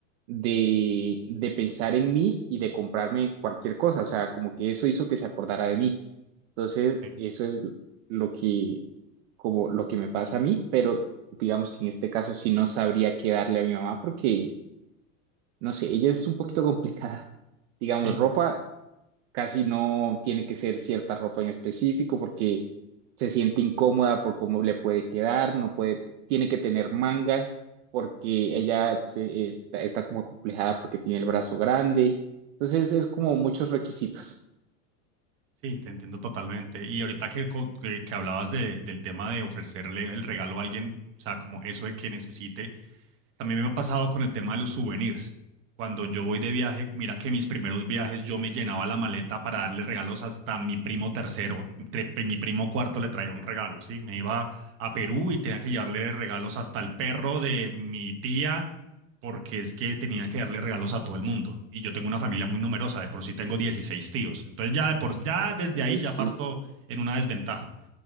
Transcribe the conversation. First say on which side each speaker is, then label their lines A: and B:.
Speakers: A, on the right; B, on the right.
A: de, de pensar en mí y de comprarme cualquier cosa. O sea, como que eso hizo que se acordara de mí. Entonces,
B: sí,
A: eso es lo que, como lo que me pasa a mí, pero digamos que en este caso sí no sabría qué darle a mi mamá porque, no sé, ella es un poquito complicada. Digamos,
B: sí,
A: ropa casi no tiene que ser cierta ropa en específico porque se siente incómoda por cómo le puede quedar, no puede, tiene que tener mangas porque ella se- está, está como complejada porque tiene el brazo grande. Entonces es como muchos requisitos.
B: sí, te entiendo totalmente. Y ahorita que, co- que, que hablabas de, del tema de ofrecerle el regalo a alguien, o sea, como eso de que necesite, También me ha pasado con el tema de los souvenirs. Cuando yo voy de viaje, mira que mis primeros viajes yo me llenaba la maleta para darle regalos hasta a mi primo tercero. Tre- mi primo cuarto le traía un regalo, ¿sí? Me iba a Perú y tenía que llevarle regalos hasta al perro de mi tía, porque es que tenía que darle regalos a todo el mundo. Y yo tengo una familia muy numerosa, de por sí tengo 16 tíos. Entonces ya, de por, ya desde ahí
A: Ay, sí,
B: ya parto en una desventaja.